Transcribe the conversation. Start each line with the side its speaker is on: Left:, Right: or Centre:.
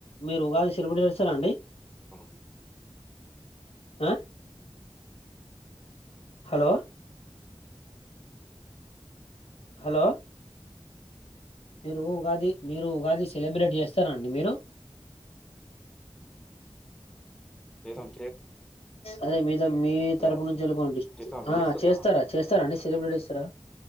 Left: మీరు ఉగాది సెలబ్రేట్ చేస్తారండి
Centre: అవును
Left: ఆ హలో హలో మీరు ఉగాది మీరు ఉగాది సెలబ్రేట్ చేస్తారండి మీరు
Centre: లేసం
Left: అదే మీతో మీ
Centre: హలో
Left: తరపు నుంచి వెళకోండి
Centre: చేస్తాం వినిస్తుందా
Left: ఆ చేస్తారా చేస్తారా అండి సెలబ్రిటీస రా